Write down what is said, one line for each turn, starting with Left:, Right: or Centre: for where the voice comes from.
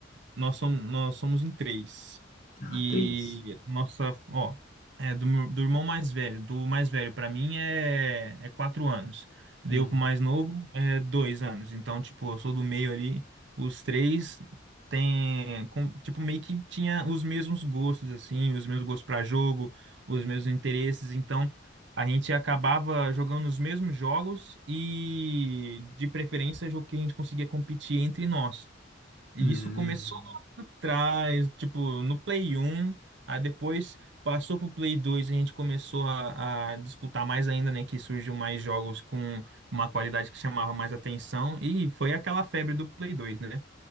Right: nós somos, nós somos em três.
Left: Ah,
Right: E
Left: três.
Right: nossa, ó, é do, meu- do irmão mais velho. Do mais velho pra mim é, é quatro anos. Deu
Left: Hum,
Right: pro mais novo é dois anos. Então, tipo, eu sou do meio ali. Os três tem, com- tipo, meio que tinha os mesmos gostos, assim, os mesmos gostos pra jogo, os mesmos interesses. Então, a gente acabava jogando os mesmos jogos e, de preferência, jogo que a gente conseguia competir entre nós. E
Left: hum,
Right: isso começou lá atrás, tipo, no Play um aí depois passou pro Play dois a gente começou a, a disputar mais ainda, né? Que surgiu mais jogos com uma qualidade que chamava mais atenção, e foi aquela febre do Play dois né?